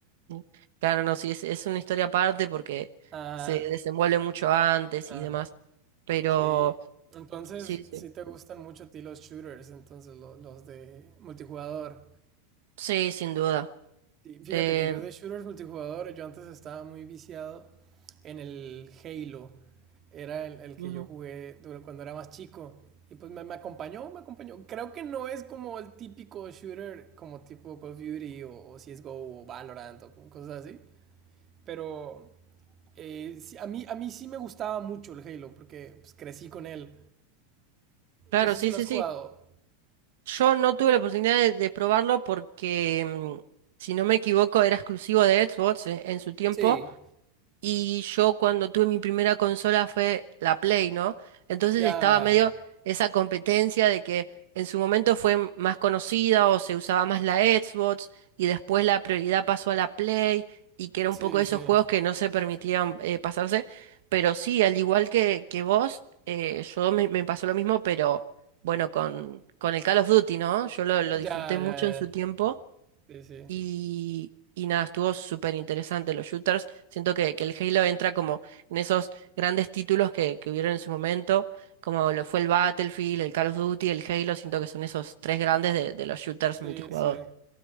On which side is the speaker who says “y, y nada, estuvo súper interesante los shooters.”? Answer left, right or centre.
Right